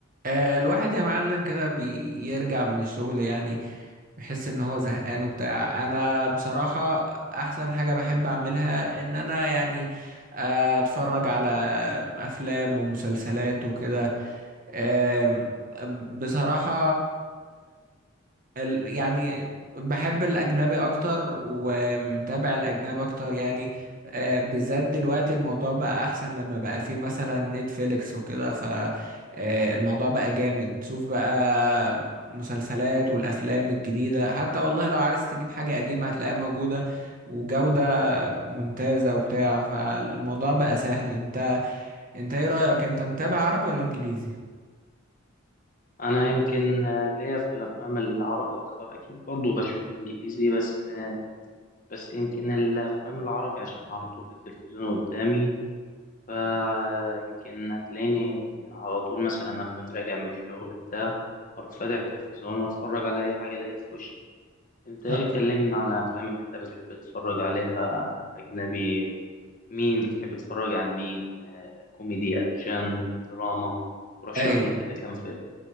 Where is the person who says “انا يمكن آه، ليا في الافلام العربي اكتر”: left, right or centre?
Left